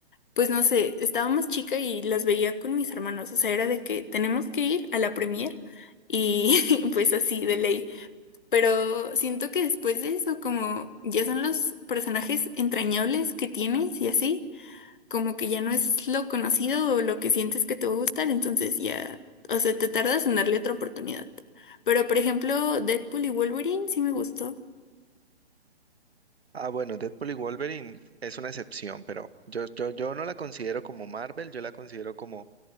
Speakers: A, on the left; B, on the right.
A: pues no sé, estaba más chica y las veía con mis hermanos. O sea, era de que tenemos que ir a la premier y <laughs> pues así de ley. Pero siento que después de eso, como ya son los personajes entrañables que tienes y así como que ya no es lo conocido o lo que sientes que te va a gustar, entonces ya, o sea, te tardas en darle otra oportunidad. Pero por ejemplo, Deadpool y Wolverine sí me gustó,
B: Ah, bueno, Deadpool y Wolverine es una excepción, pero yo, yo, yo no la considero como Marvel, yo la considero como